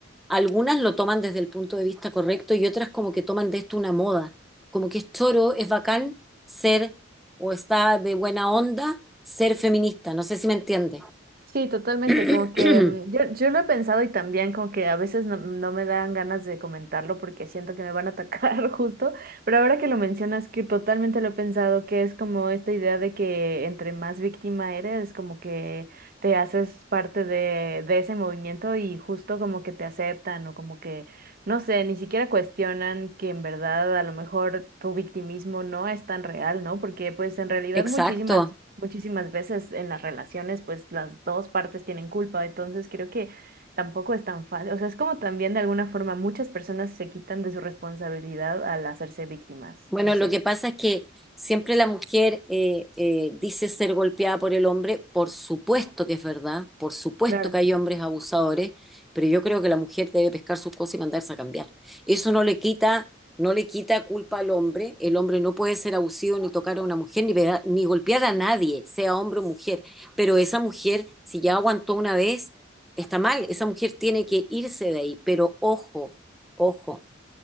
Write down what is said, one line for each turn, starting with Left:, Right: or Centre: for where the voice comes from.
Centre: algunas lo toman desde el punto de vista correcto y otras como que toman de esto una moda, como que es choro, es bacán ser o está de buena onda ser feminista, no sé si me entiende.
Right: Sí, totalmente,
Centre: <clears throat>
Right: como que mm, yo, yo lo he pensado y también como que a veces no, no me dan ganas de comentarlo porque siento que me van a atacar <laughs> justo, pero ahora que lo mencionas que totalmente lo he pensado, que es como esta idea de que entre más víctima eres, como que te haces parte de, de ese movimiento y justo como que te aceptan o como que, no sé, ni siquiera cuestionan que en verdad a lo mejor tu victimismo no es tan real, ¿no? Porque pues en realidad
Centre: Exacto.
Right: muchísimas muchísimas veces en las relaciones, pues las dos partes tienen culpa, entonces creo que tampoco es tan fácil, o sea, es como también de alguna forma muchas personas se quitan de su responsabilidad al hacerse víctimas,
Centre: Bueno,
Right: no sé.
Centre: lo que pasa es que siempre la mujer eh, eh, dice ser golpeada por el hombre, por supuesto que es verdad, por supuesto
Right: Claro,
Centre: que hay hombres abusadores, pero yo creo que la mujer debe pescar sus cosas y mandarse a cambiar. Eso no le quita, no le quita culpa al hombre, el hombre no puede ser abusivo ni tocar a una mujer, ni, pega- ni golpear a nadie, sea hombre o mujer, pero esa mujer, si ya aguantó una vez, está mal, esa mujer tiene que irse de ahí, pero ojo, ojo